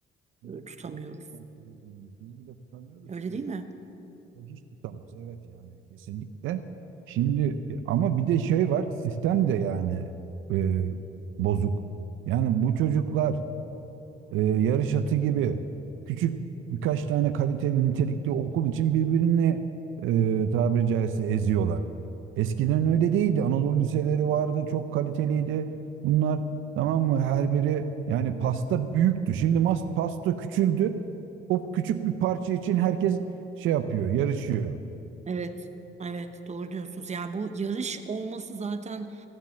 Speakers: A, on the right; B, on the right.
A: Biz
B: e, tutamıyoruz.
A: biz kontrol edemiyoruz. Biz bile tutamıyoruz
B: Öyle
A: ki.
B: değil mi?
A: O hiç tutamaz. Evet yani kesinlikle. Şimdi e, ama bir de şey var. Sistem de yani e, bozuk. Yani bu çocuklar e, yarış atı gibi küçük birkaç tane kaliteli nitelikli okul için birbirini e, tabiri caizse eziyorlar. Eskiden öyle değildi. Anadolu liseleri vardı, çok kaliteliydi. Bunlar tamam mı? Her biri yani pasta büyüktü. Şimdi mas pasta küçüldü. O küçük bir parça için herkes şey yapıyor, yarışıyor.
B: Evet, evet doğru diyorsunuz. Yani bu yarış olması zaten